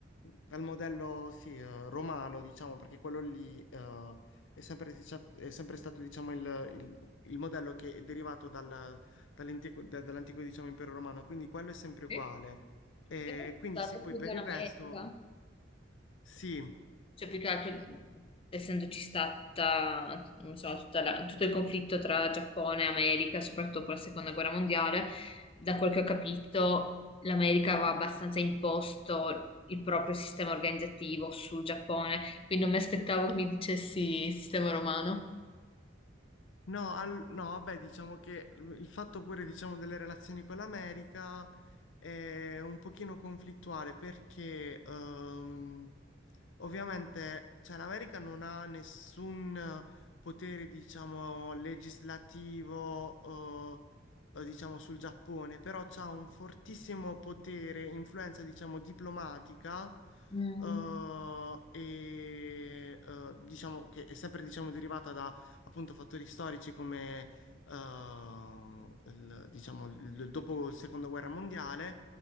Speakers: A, on the left (about 75°); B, on the left (about 30°).
A: dal modello sì, eh, romano, diciamo, perché quello lì eh, è sempre, dicia- è sempre stato diciamo, il, il- il modello che è derivato dal- dall'antico, da- dall'antico, diciamo, impero romano, quindi quello è sempre uguale.
B: Sì.
A: E
B: Io ho
A: quindi
B: stato
A: sì, poi
B: più
A: per
B: dell'America.
A: il resto, sì.
B: Cioè, più che altro, essendoci stata, non so, tutta la- tutto il conflitto tra Giappone e America, soprattutto dopo la seconda guerra mondiale, da quel che ho capito, l'America aveva abbastanza imposto il proprio sistema organizzativo sul Giappone, quindi non mi aspettavo che mi dicessi sistema romano.
A: No, al- no, vabbè, diciamo che il fatto pure, diciamo, delle relazioni con l'America è un pochino conflittuale perché ehm, ovviamente, cioè, l'America non ha nessun potere, diciamo, legislativo, eh, eh, diciamo, sul Giappone, però c'ha un fortissimo potere, influenza, diciamo, diplomatica.
B: Mm,
A: eh, e eh, diciamo che è sempre diciamo, derivata da appunto fattori storici come eh, il- diciamo il- dopo la seconda guerra mondiale